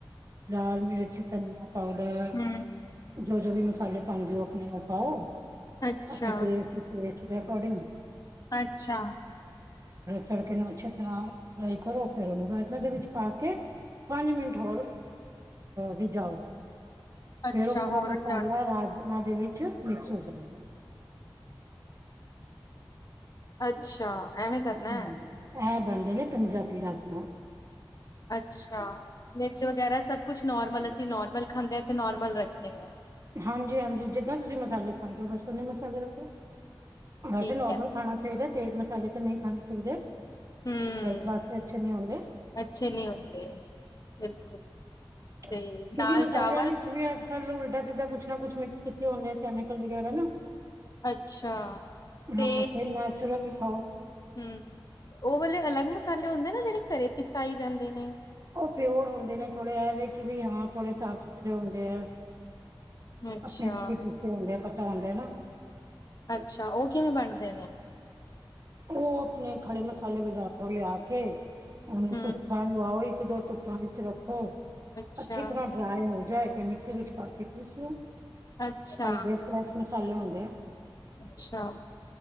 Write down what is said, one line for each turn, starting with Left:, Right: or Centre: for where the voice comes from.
Right: ਲਾਲ ਮਿਰਚ ਧਨੀਆਂ ਪਾਊਡਰ
Left: ਹੂੰ
Right: ਜੋ ਜੋ ਵੀ ਮਸਾਲੇ ਪਾਂਦੇ ਔ ਅਪਨੇ ਔ ਪਾਓ
Left: ਅੱਛਾ
Right: ਅਪਨੇ ਟੇਸਟ ਦੇ ਅਕੋਡਿੰਗ
Left: ਅੱਛਾ,
Right: ਤੜਕੇ ਨੂੰ ਅੱਛੇ ਤਰ੍ਹਾਂ ਫਰਾਈ ਕਰੋ ਫਿਰ ਉਹਨੂੰ ਰਾਜਮ ਦੇ ਵਿੱਚ ਪਾ ਕੇ ਪੰਜ ਮਿੰਟ ਹੋਰ ਰੀਜਾਓ,
Left: ਅੱਛਾ
Right: ਫੇਰ ਔ ਪੂਰਾ
Left: ਹੋਰ
Right: ਮਸਾਲਾ
Left: ਜਾਣ
Right: ਰਾਜਮਾ ਦੇ ਵਿੱਚ ਮਿਕਸ ਹੋ ਜਾਂਨੇ ਏ
Left: ਅੱਛਾ ਐਵੇਂ ਕਰਨਾ
Right: ਹੂੰ
Left: ਹੈ
Right: ਇਹ ਬਣਦੇ ਨੇ ਪੰਜਾਬੀ ਰਾਜਮਾ
Left: ਅੱਛਾ, ਮਿਰਚ ਵਗੈਰਾ ਸਭ ਕੁਛ ਨੋਰਮਲ ਅਸੀਂ ਨੋਰਮਲ ਖਾਂਦੇ ਆ ਤੇ ਨੋਰਮਲ ਰੱਖਨੇ ਆ।
Right: ਹਾਂਜੀ-ਹਾਂਜੀ। ਜਿੱਦਾਂ ਤੁਸੀਂ ਮਸਾਲੇ ਖਾਂਦੇ ੳ ਬਸ ਓਨੇ ਮਸਾਲੇ ਰੱਖੋ। ਵੈਸੇ
Left: ਠੀਕ
Right: ਨੋਰਮਲ
Left: ਹੈ
Right: ਖਾਣਾ ਚਾਹੀਦਾ ਏ, ਤੇਜ ਮਸਾਲੇ ਤੇ ਨਹੀਂ ਖਾਣੇ ਚਾਹੀਦੇ।
Left: ਹੂੰ
Right: ਵਾਸਤੇ ਅੱਛੇ ਨੀ ਹੁੰਦੇ
Left: ਅੱਛੇ ਨਹੀਂ ਹੁੰਦੇ ਬਿਲਕੁਲ
Right: ਕਿਉਂਕਿ
Left: ਤੇ ਨਾਲ
Right: ਮਸਾਲਿਆਂ
Left: ਚਾਵਲ
Right: ਵਿੱਚ ਵੀ ਕੱਲ੍ਹ ਨੂੰ ਉਲਟਾ ਸਿੱਧਾ ਕੁਛ ਨਾ ਕੁਛ ਮਿਕਸ ਕੀਤੇ ਹੁੰਦੇ ਏ ਕੈਮੀਕਲ ਵਗੈਰਾ ਨਾ
Left: ਅੱਛਾ, ਤੇ
Right: ਹਾਂ ਫਿਰ ਨੈਚੁਰਲ ਖਾਓ
Left: ਹਮ ਉਹ ੳਅ ਲੇ ਅਲੱਗ ਮਸਾਲੇ ਹੁੰਦੇ ਨਾ ਜਿਹੜੇ ਘਰੇ ਪਿਸਾਈ ਜਾਂਦੇ ਨੇ।
Right: ਉਹ ਪਿਓਰ ਹੁੰਦੇ ਨੇ ਥੋੜ੍ਹੇ ਐ ਵੇ ਕਿ ਵੀ ਹਾਂ ਥੋੜ੍ਹੇ ਸਾਫ਼ ਸੁਥਰੇ ਹੁੰਦੇ ਐ।
Left: ਅੱਛਾ,
Right: ਅਪਨੇ ਹੱਥੀ ਪਿੱਸੇ ਹੁੰਦੇ ਆ ਪਤਾ ਹੁੰਦੇ ਨਾ।
Left: ਅੱਛਾ, ਉਹ ਕਿਵੇਂ ਬਣਦੇ ਨੇ
Right: ਉਹ ਅਪਨੇ ਖੜੇ ਮਸਾਲੇ ਬਜ਼ਾਰੋ ਲਿਆ ਕੇ ਉਹਨੂੰ
Left: ਹੂੰ,
Right: ਧੁੱਪਾ ਲਵਾਓ ਇ ਇਕ ਦੋ ਧੁੱਪਾਂ ਵਿੱਚ ਰੱਖੋ
Left: ਅੱਛਾ,
Right: ਅੱਛੀ ਤਰ੍ਹਾਂ ਡਰਾਏ ਹੋ ਜਾਏ ਤੇ ਮਿਕਸੀ ਵਿੱਚ ਪਾ ਕੇ ਪੀਸ ਲੋ।
Left: ਅੱਛਾ,
Right: ਹਾਂਦੇ ਫਰੈਸ਼ ਮਸਾਲੇ ਹੁਦੇ ਆ।
Left: ਅੱਛਾ।